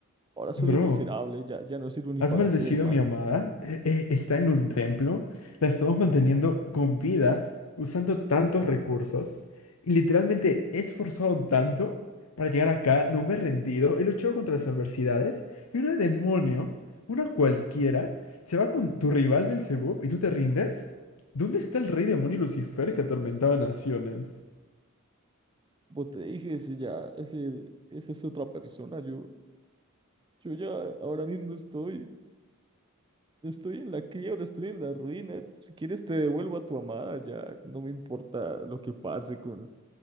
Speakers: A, on the right (about 20°); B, on the left (about 85°).
A: Ahora soy
B: Bro.
A: un miserable, ya, ya no sirvo ni
B: Has
A: para
B: maldecido
A: hacer el mal.
B: a mi amada, eh, eh, está en un templo, la estamos manteniendo con vida, usando tantos recursos, y literalmente he esforzado tanto para llegar acá, no me he rendido, he luchado contra las adversidades, y una demonio, una cualquiera, se va con tu rival Belcebú y tú te rindes. ¿Dónde está el rey demonio Lucifer que atormentaba naciones?
A: Como te dije, ese ya, ese, esa es otra persona. Yo, yo ya ahora mismo estoy, estoy en la quiebra, estoy en la ruina. Si quieres te devuelvo a tu amada, ya no me importa lo que pase con,